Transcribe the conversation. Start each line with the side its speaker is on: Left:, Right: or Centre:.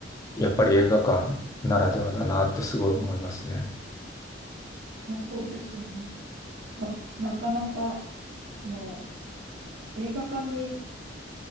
Left: やっぱり映画館ならではだなってすごい思いますね。
Right: まあ、そうですよね。まあ、なかなか、その、映画館に